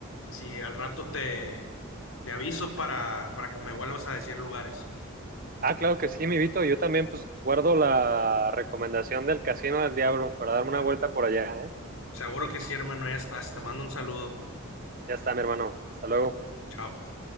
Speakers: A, on the left (about 80°); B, on the right (about 40°).
A: si al rato te, te aviso para, para que me vuelvas a decir lugares?
B: Ah, claro que sí, mi Vito. Yo también pues guardo la recomendación del Casino del Diablo para darme
A: Pe-
B: una vuelta por allá, ¿eh?
A: Seguro que sí, hermano, ya estás. Te mando un saludo.
B: Ya está, mi hermano. Hasta luego.
A: Chao.